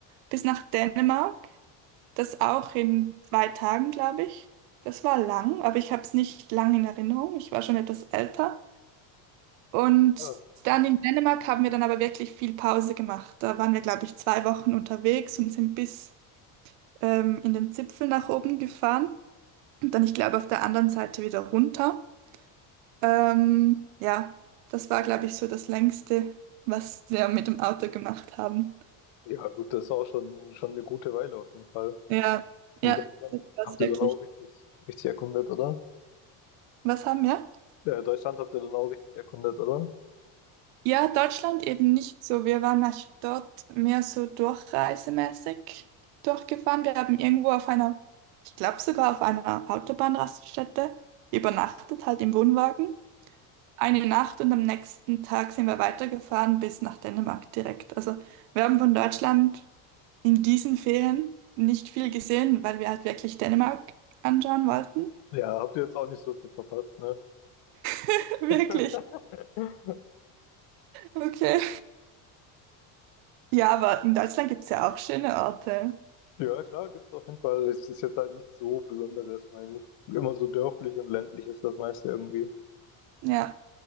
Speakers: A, on the right (about 80°); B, on the left (about 65°).
A: bis nach Dänemark. Das auch in zwei Tagen, glaube ich. Das war lang, aber ich habe es nicht lang in Erinnerung. Ich war schon etwas älter. Und
B: Ja,
A: dann in Dänemark haben wir dann aber wirklich viel Pause gemacht. Da waren wir, glaube ich, zwei Wochen unterwegs und sind bis ähm, in den Zipfel nach oben gefahren und dann, ich glaube, auf der anderen Seite wieder runter. Ähm, ja, das war, glaube ich, so das Längste, was wir mit dem Auto gemacht haben.
B: ja gut, das ist auch schon, schon eine gute Weile auf jeden Fall.
A: Ja,
B: In
A: ja,
B: Deutschland
A: das war
B: habt
A: es wirklich.
B: ihr dann auch richtig, richtig erkundet, oder?
A: Was haben wir?
B: Ja, Deutschland habt ihr dann auch richtig erkundet, oder?
A: Ja, Deutschland eben nicht so. Wir waren nach dort mehr so durchreisemäßig durchgefahren. Wir haben irgendwo auf einer, ich glaube sogar auf einer Autobahnraststätte übernachtet, halt im Wohnwagen. eine Nacht und am nächsten Tag sind wir weitergefahren bis nach Dänemark direkt. Also wir haben von Deutschland in diesen Ferien nicht viel gesehen, weil wir halt wirklich Dänemark anschauen wollten.
B: Ja, habt ihr jetzt auch nicht so viel verpasst, ne?
A: <laughs> Wirklich.
B: <laughs>
A: Okay. Ja, aber in Deutschland gibt es ja auch schöne Orte.
B: Ja, klar, gibt es auf jeden Fall. Es ist jetzt halt nichts so Besonderes, meine ich. Immer so dörflich und ländlich ist das meiste irgendwie.
A: Ja,